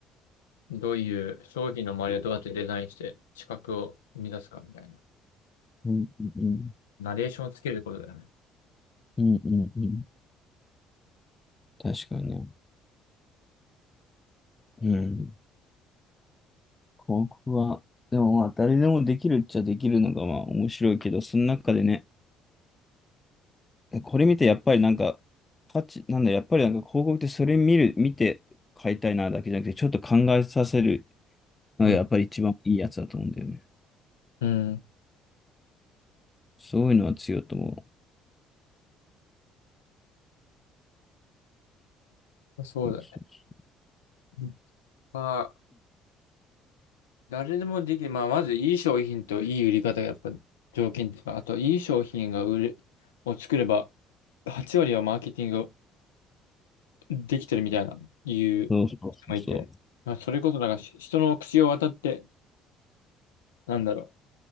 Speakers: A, on the left; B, on the left.
A: どういう商品の周りをどうやってデザインして資格を生み出すかみたいな。
B: うんうん。
A: ナレーションをつけることだよね。
B: うんうんうん。確かにね。うん。広告は、でもまあ、誰でもできるっちゃできるのがまあ面白いけど、その中でね、これ見てやっぱりなんか、価値、なんだ、やっぱりなんか広告ってそれ見る、見て買いたいなだけじゃなくて、ちょっと考えさせるのがやっぱり一番いいやつだと思うんだよね。
A: うん、うん
B: そういうのは強いと思
A: そうだね。
B: う。
A: うんまあ、誰でもできる。まあ、まずいい商品といい売り方がやっぱ条件とか、あといい商品が売れ、を作れば、8割はマーケティングできてるみたいな、いう人もいて。
B: そうそうそうそう。そうそうそ
A: まあ、それこそなんかし人の口を渡って、なんだろ